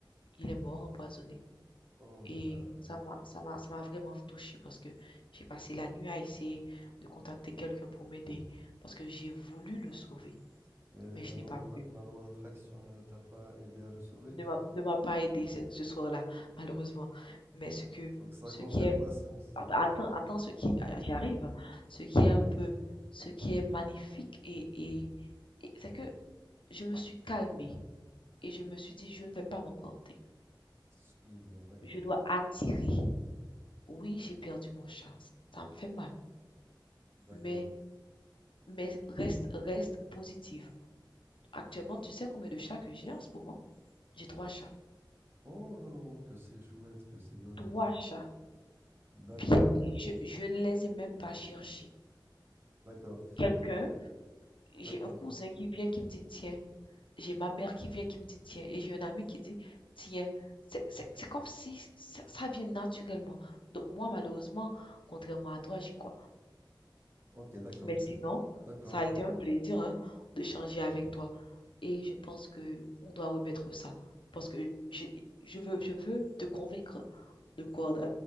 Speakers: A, on the left; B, on the right.
A: Il est mort empoisonné
B: Oh là
A: et
B: là là là.
A: ça m'a ça m'a ça m'a vraiment touchée parce que j'ai passé la nuit à essayer de contacter quelqu'un pour m'aider parce que j'ai voulu le sauver,
B: Et la
A: mais je n'ai
B: loi,
A: pas
B: la,
A: pu.
B: la loi d'attraction ne t'a pas aidé à le sauver?
A: Ne m'a ne m'a pas aidé ce ce soir-là malheureusement, mais ce que
B: Donc ça
A: ce
B: confirme
A: qui est
B: la science.
A: Att-
B: ça-
A: Attends, attends ce qui, ah, j'arrive. Ce qui est un peu, ce qui est magnifique et, et, et c'est que je me suis calmée et je me suis dit, je ne vais pas m'emporter.
B: <laughs> Ce qui est bien, d'accord.
A: Je dois attirer. Oui, j'ai perdu mon chat. Ça me fait mal.
B: D'accord.
A: Mais, mais reste, reste positive. Actuellement, tu sais combien de chats que j'ai en ce moment? J'ai trois chats.
B: Oh, que c'est chouette, que c'est joli.
A: Trois chats.
B: D'accord,
A: Bien, je, je ne les ai même pas cherchés.
B: d'accord,
A: Quelqu'un,
B: d'ac-
A: j'ai
B: d'accord.
A: un cousin qui vient qui me dit, tiens, j'ai ma mère qui vient qui me dit tiens et j'ai un ami qui dit tiens. C'est c'est- c'est comme si ça, ça vient naturellement. Donc moi, malheureusement, contrairement à toi, j'y crois.
B: Ok, d'accord,
A: Mais sinon,
B: d'accord,
A: ça a été un plaisir hein, d'échanger avec toi. Et je pense que on doit remettre ça. Parce que je, je veux, je veux te convaincre de quoi? De,